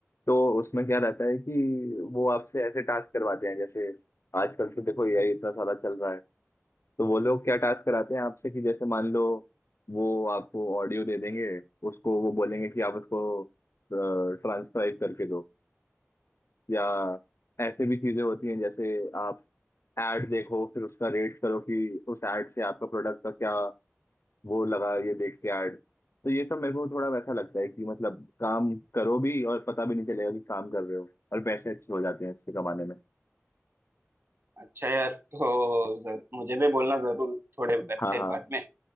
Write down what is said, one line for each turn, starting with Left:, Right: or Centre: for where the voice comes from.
Left: तो उसमें क्या रहता है कि वो आपसे ऐसे टास्क करवाते हैं जैसे आजकल तो देखो यही इतना सारा चल रहा है तो वो लोग क्या टास्क कराते हैं आपसे कि जैसे मान लो वो आपको ऑडियो दे देंगे उसको वो बोलेंगे कि आप उसको ट्रांसक्राइब करके दो या ऐसे भी चीजें होती हैं जैसे आप ऐड देखो फिर उसका रेट करो कि उस ऐड से आपका प्रोडक्ट का क्या वो लगा ये देख के ऐड तो ये सब मेरे को थोड़ा वैसा लगता है कि मतलब काम करो भी और पता भी नहीं चलेगा कि काम कर रहे हो और पैसे अच्छे हो जाते हैं इससे कमाने में
Right: अच्छा यार तो जर, मुझे भी बोलना जरूर थोड़े वेबसाइट
Left: हाँ हाँ
Right: बाद में